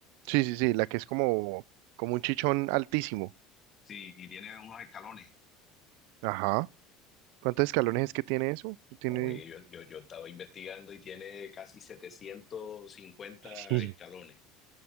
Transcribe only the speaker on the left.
Sí, y tiene unos escalones.
Oye, yo, yo, yo estaba investigando y tiene casi 750
escalones.